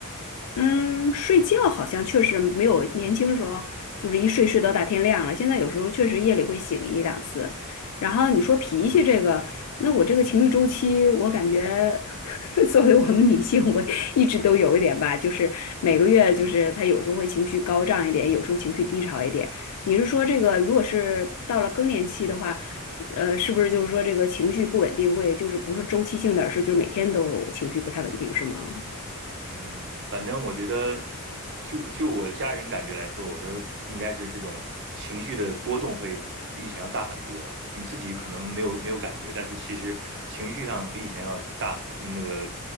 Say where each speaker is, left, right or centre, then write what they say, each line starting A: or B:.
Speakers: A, on the left; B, on the right.
A: 嗯，睡觉好像确实没有年轻时候，就是一睡睡到大天亮了。现在有时候确实夜里会醒一两次。然后你说脾气这个，那我这个情绪周期，我感觉 <laughs> 作为我们女性，我一直都有一点吧，就是每个月就是她有时候会情绪高涨一点，有时候情绪低潮一点。你是说这个，
B: 嗯
A: 如果是到了更年期的话，呃，是不是就是说这个情绪不稳定会就是不是周期性的，而是就是每天都情绪不太稳定，是吗？
B: 嗯，反正我觉得就，就我家人感觉来说，我说应该是这种情绪的波动会比以前要大很多。你自己可能没有没有感觉，但是其实情绪上比以前要大，那个